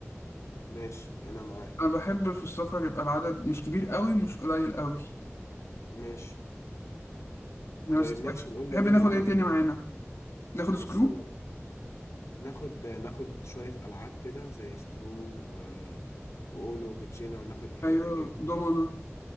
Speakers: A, on the left; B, on the left.
A: ماشي أنا معاك
B: انا بحب في السفر يبقى العدد مش كبير قوي مش قليل قوي
A: ماشي
B: بس
A: طيب
B: تحب
A: ماشي نقول
B: تحب
A: لمين
B: ناخد
A: قول
B: ايه
A: لي
B: تاني معانا ناخد سكرو
A: بص هو ناخد ناخد شوية ألعاب كده زي سكرو و... وأونو وكوتشينة وناخد الحاجات
B: ايوه
A: الجميلة
B: دومنا
A: دي